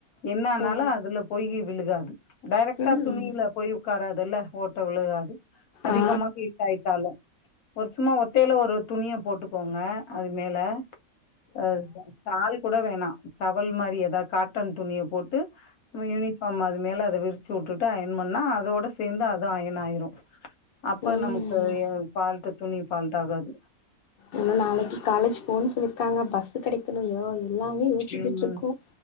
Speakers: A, on the left; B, on the left.
A: என்ன ஆனாலும்
B: ஓ
A: அதுல போயி விழுகாது டேரக்ட்டா
B: ம்
A: துணியில போயி உக்காரதெல்ல ஓட்ட விழுகாது அதிகமா
B: ஆ
A: ஹீட் ஆயிட்டாலும் ஒரு சும்மா ஒத்தையில ஒரு துணிய போட்டுக்கோங்க அது மேல ஆ ஷால் கூட வேணா டவல் மாரி எதா காட்டன் துணிய போட்டு நம்ம யூனிஃபார்ம் அது மேல அத விரிச்சி உட்டுட்டு அயன் பண்ணா அதோட சேந்து அதும் அயன் ஆயிரும் அப்ப
B: ம்
A: நமக்கு எ ஃபால்ட்டு துணி ஃபால்ட் ஆகாது
B: இன்னும் நாளைக்கு காலேஜ் போ சொல்லிருக்காங்க பஸு கெடைக் கனுயோ எல்லாமே யோசிச்சிட்டு
A: ம்.
B: இருக்கோம்